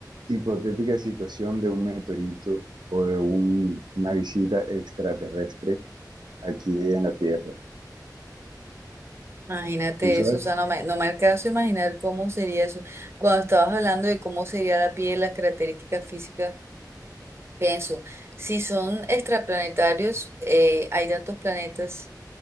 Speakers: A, on the right (about 85°); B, on the right (about 35°).
A: hipotética situación de un meteorito o de un- una visita extraterrestre aquí en la Tierra.
B: Imagínate
A: ¿Tú sabes?
B: eso, o sea, no me, no me alcanzo a imaginar cómo sería eso. Cuando estabas hablando de cómo sería la piel, las características físicas, pienso, si son extraplanetarios, eh, hay tantos planetas